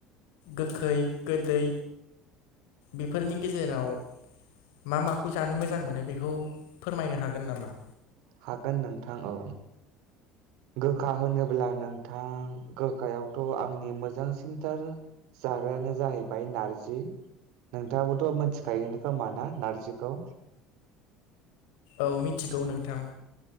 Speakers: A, on the left; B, on the right.
A: गोखै गोदै बेफोरनि गेजेराव मा माखौ जानो मोजां मोनो बेखौ फोरमायनो हागोन नामा?
B: हागोन नोंथां औ गोखा होनोब्ला नोंथां गोखायावथ' आंनि मोजांसिनथार जाग्रायानो जाहैबाय नारजि नोंथाङाबोथ' मिथिखायो खोमा ना नार्जिखौ
A: औ मिथिगौ नोंथां